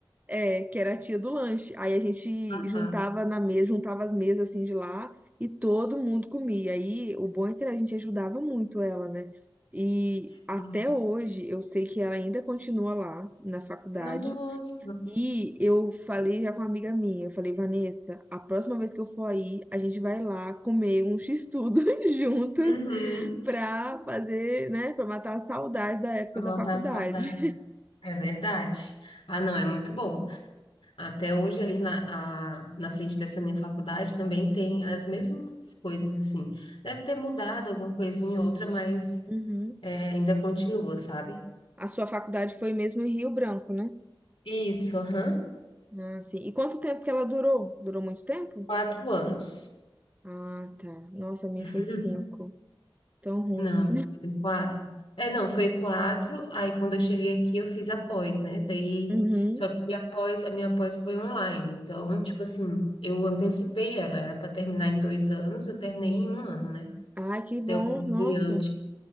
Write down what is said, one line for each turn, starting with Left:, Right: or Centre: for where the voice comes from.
Right: é, que era a tia do lanche. Aí a gente
Left: Aham.
Right: juntava na mesa, juntava as mesas assim de lá e todo mundo comia. Aí o bom é que a gente ajudava muito ela, né? E
Left: Sim.
Right: até hoje eu sei que ela ainda continua lá na faculdade.
Left: Nossa.
Right: E eu falei já com uma amiga minha, eu falei, Vanessa, a próxima vez que eu for aí, a gente vai lá comer um x-tudo <laughs> juntas
Left: Uhum.
Right: pra fazer, né, pra matar a saudade da época
Left: Pra Matar
Right: da faculdade.
Left: a saudade. É verdade. Ah, não, é muito bom. Até hoje, ali na, a- na frente dessa minha faculdade, também tem as mesmas coisas, assim. Deve ter mudado alguma coisinha ou outra, mas
Right: Uhum.
Left: é, ainda continua, sabe?
Right: A sua faculdade foi mesmo em Rio Branco, né?
Left: Isso, aham.
Right: Ah, sim. E quanto tempo que ela durou? Durou muito tempo?
Left: Quatro anos.
Right: Ah, tá. Nossa, a minha
Left: Uhum.
Right: foi cinco. Tão ruim.
Left: Não, foi quatro. É, não, foi quatro. Aí, quando eu cheguei aqui, eu fiz a pós, né? Daí,
Right: Uhum.
Left: só que a pós, a minha pós foi online. Então, tipo assim, eu antecipei ela. Era para terminar em dois anos, eu terminei em um ano, né?
Right: Ai, que bom.
Left: Eu paguei
Right: Nossa.
Left: antes.